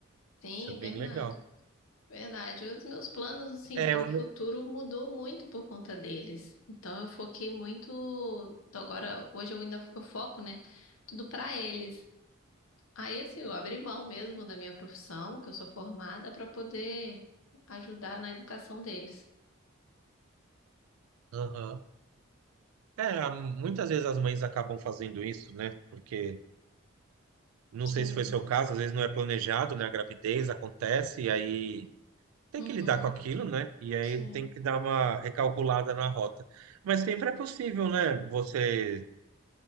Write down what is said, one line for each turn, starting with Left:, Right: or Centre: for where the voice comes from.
Left: sim,
Right: Isso é bem
Left: verdade.
Right: legal.
Left: Verdade. Os meus planos, assim, para
Right: É, o
Left: o futuro
Right: meu-
Left: mudou muito por conta deles. Então, eu foquei muito. Então Agora, hoje eu ainda eu foco, né? Tudo para eles. Aí, assim, eu abri mão mesmo da minha profissão, que eu sou formada, para poder ajudar na educação deles.
Right: Aham. É, a- muitas vezes as mães acabam fazendo isso, né? Porque não
Left: Sim,
Right: sei se foi seu caso, às vezes não é planejado, né? A gravidez acontece e aí tem
Left: Uhum,
Right: que lidar com aquilo, né? E aí
Left: sim,
Right: tem que dar uma recalculada na rota. Mas sempre é possível, né? Você